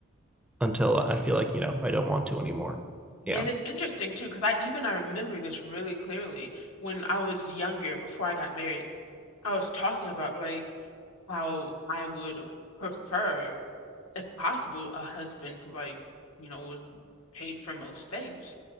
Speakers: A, in the centre; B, on the left (about 85°).
A: until I feel like, you know, I don't want to anymore.
B: Yeah,
A: Yeah.
B: and it's interesting too, because I even I remember this really clearly when I was younger, before I got married, I was talking about like how I would prefer, if possible, a husband who like, you know, was paid for most things